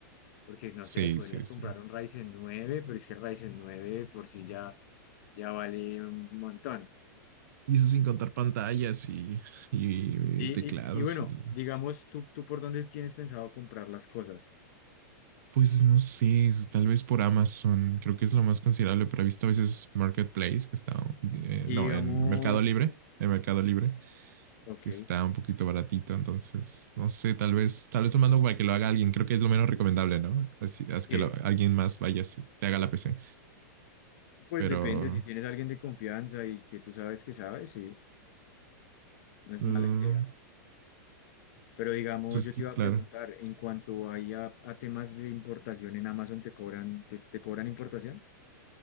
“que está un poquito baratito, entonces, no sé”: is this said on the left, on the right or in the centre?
Right